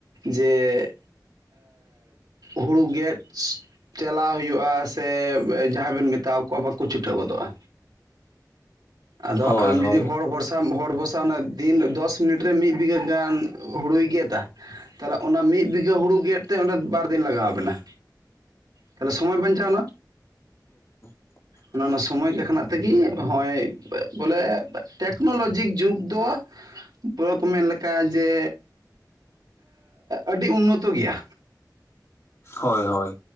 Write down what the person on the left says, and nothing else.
ᱦᱳᱭ
ᱦᱳᱭ
<inaudible>
ᱦᱳᱭ ᱦᱳᱭ